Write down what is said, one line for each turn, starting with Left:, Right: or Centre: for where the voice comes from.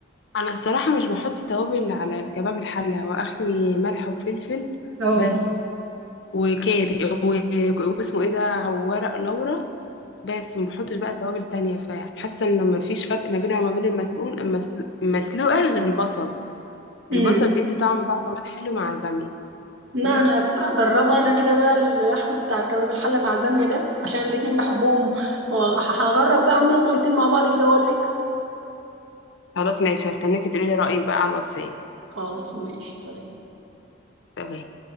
Left: انا الصراحة مش بحط توابل على الكباب الحلة هو اخري ملح وفلفل
Right: اه
Left: بس وكاري و- واسمه ايه ده وورق لورا بس ما بحطش بقى توابل تانية فحاسة انه ما فيش فرق ما بينها وما بين المسؤول المسلو- المسلوقة غير البصل
Right: امم
Left: البصل بيدي طعم بقى كمان حلو مع البامية
Right: لا
Left: بس
Right: انا هجربها انا كده بقى اللحم بتاع كباب الحله مع الباميه ده عشان الاتنين بحبهم وهجرب بقى اعملهم الاتنين مع بعض كده واقول لك
Left: خلاص ماشي هستناكي تقولي لي رأيك بقى على الواتساب
Right: خلاص ماشي سلام
Left: سلام